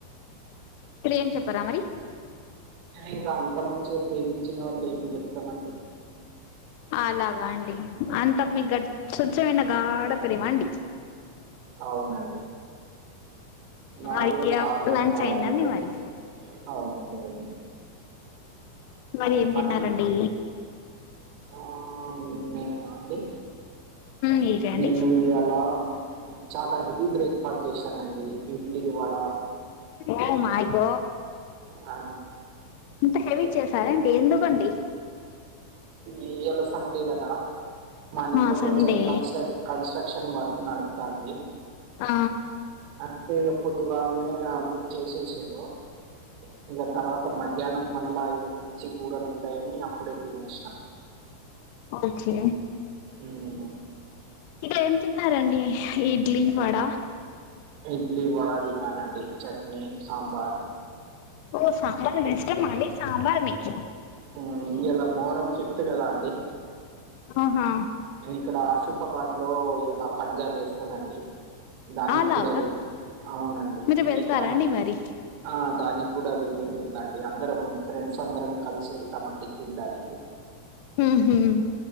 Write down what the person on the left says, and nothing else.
ఇప్పుడు ఏం చెప్పారా మరి?
అలాగా అండి అంత మీకు గడ్ స్వచ్ఛమైన గాడ ప్రేమ అండి.
మరి
లంచ్
అయిందండి
మరి
అది ఏం తిన్నారండి
మీరే అండి
ఓ మై డ్
ఇంత హెవీ
చేసారంటే ఎందు ప్పండి
ఆహా
సండే
ఆ
ఓకే
ఇక్క ఏం తిన్నారండి ఇడ్లీ వడ
ఓ సాంబార్ ఇష్టమా అండీ సాంబార్ మీకూ
ఆహా
అలాగా
మీరు వెళ్తారా
అండి మరి
ఉహుమ్